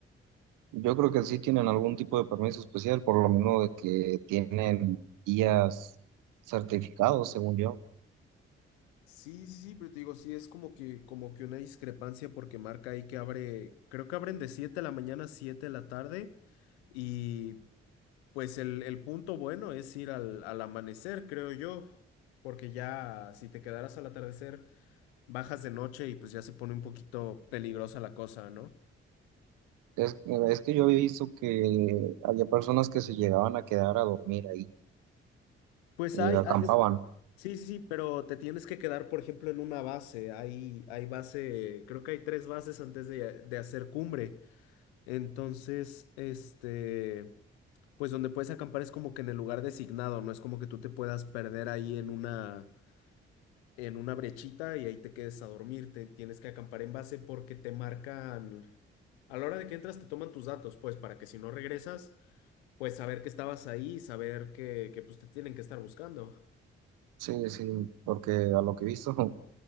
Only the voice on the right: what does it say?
Yo creo que sí tienen algún tipo de permiso especial, por lo mismo de que tienen guías certificados, según yo.
Es, es que yo había visto que había personas que se llegaban a quedar a dormir ahí
y
acampaban.
Sí, sí, porque a lo que he visto, <laughs>